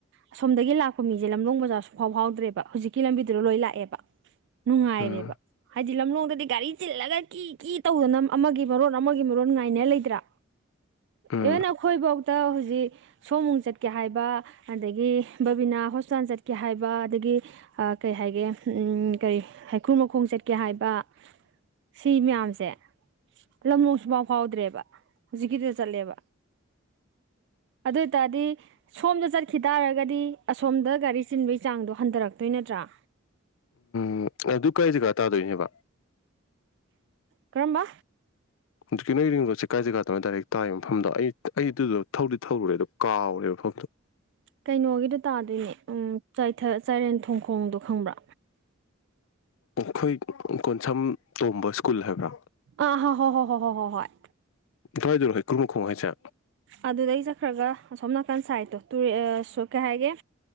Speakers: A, on the right; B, on the left.
A: ꯑꯁꯣꯝꯗꯒꯤ ꯂꯥꯛꯄ ꯃꯤꯁꯦ ꯂꯝꯗꯣꯡ ꯕꯖꯥꯔꯁꯨ ꯐꯥꯎ ꯐꯥꯎꯗ꯭ꯔꯦꯕ ꯍꯧꯖꯤꯛꯀꯤ ꯂꯝꯕꯤꯗꯨꯗ ꯂꯣꯏ ꯂꯥꯛꯑꯦꯕ ꯅꯨꯡꯉꯥꯏꯔꯦꯕ
B: ꯎꯝ
A: ꯍꯥꯏꯗꯤ ꯂꯝꯂꯣꯡꯗꯗꯤ ꯒꯥꯔꯤ ꯆꯤꯜꯂꯒ ꯀꯤ ꯀꯤ ꯇꯧꯗꯅ ꯑꯃꯒꯤ ꯃꯔꯣ ꯑꯃꯒꯤ ꯃꯔꯣꯟ ꯉꯥꯏꯅ ꯂꯩꯇ꯭ꯔꯥ
B: ꯎꯝ
A: ꯏꯚꯟ ꯑꯩꯈꯣꯏꯐꯥꯎꯗ ꯍꯧꯖꯤꯛ ꯁꯣꯃꯨꯡ ꯆꯠꯀꯦ ꯍꯥꯏꯕ ꯑꯗꯒꯤ ꯕꯕꯤꯅꯥ ꯍꯣꯁꯄꯤꯇꯥꯜ ꯆꯠꯀꯦ ꯍꯥꯏꯕ ꯑꯗꯒꯤ ꯀꯩ ꯍꯥꯏꯒꯦ ꯀꯔꯤ ꯍꯩꯈ꯭ꯔꯨ ꯃꯈꯣꯡ ꯆꯠꯀꯦ ꯍꯥꯏꯕ ꯁꯤ ꯃꯌꯥꯝꯁꯦ ꯂꯝꯂꯣꯛꯁꯨ ꯄꯥꯎ ꯐꯥꯎꯗ꯭ꯔꯦꯕ ꯍꯧꯖꯤꯛꯀꯤꯗ ꯆꯠꯂꯦꯕ ꯑꯗꯨ ꯑꯣꯏꯇꯥꯔꯗꯤ ꯁꯣꯝꯗ ꯆꯠꯈꯤ ꯇꯥꯔꯒꯗꯤ ꯑꯁꯣꯝꯗ ꯒꯥꯔꯤ ꯆꯤꯟꯕꯒꯤ ꯆꯥꯡꯗꯣ ꯍꯟꯊꯔꯛꯇꯣꯏ ꯅꯠꯇ꯭ꯔꯥ
B: ꯎꯝ ꯑꯗꯨ ꯀꯥꯏ ꯖꯒꯥ ꯇꯥꯗꯣꯏꯅꯦꯕ
A: ꯀꯔꯝꯕ
B: ꯍꯧꯖꯤꯛꯀꯤ ꯅꯣꯏ ꯔꯤꯡꯔꯣꯠꯁꯦ ꯀꯥꯏ ꯖꯒꯥꯗꯅꯣ ꯗꯥꯏꯔꯦꯛ ꯇꯥꯏꯔꯤꯕ ꯃꯐꯝꯗꯣ ꯑꯩ ꯑꯩ ꯑꯗꯨꯗꯣ ꯊꯧꯗꯤ ꯊꯧꯔꯨꯔꯦ ꯑꯗꯣ ꯀꯥꯎꯔꯦꯕ ꯃꯐꯝꯗꯣ <unintelligible>
A: ꯀꯩꯅꯣꯒꯤꯗꯣ ꯇꯥꯗꯣꯏꯅꯦ ꯎꯝ ꯆꯥꯏꯊ ꯆꯥꯏꯔꯦꯟ ꯊꯣꯡꯈꯣꯡꯗꯣ ꯈꯪꯕ꯭ꯔꯥ
B: ꯑꯩꯈꯣꯏ ꯀꯣꯟꯁꯝ ꯇꯣꯝꯕ ꯁ꯭ꯀꯨꯜ ꯍꯥꯏꯕ꯭ꯔꯥ
A: ꯑꯥ ꯍ ꯍꯣ ꯍꯣ ꯍꯣ ꯍꯣ ꯍꯣ ꯍꯣꯏ
B: ꯀꯥꯏꯗꯅꯣ ꯍꯩꯀ꯭ꯔꯨ ꯃꯈꯣꯡ ꯍꯥꯏꯁꯦ
A: ꯑꯗꯨꯗꯩ ꯆꯠꯈ꯭ꯔꯒ ꯑꯁꯣꯝ ꯅꯥꯀꯟ ꯁꯥꯏꯠꯇꯣ ꯇꯨꯔꯦ ꯑꯁꯣ ꯀꯩ ꯍꯥꯏꯒꯦ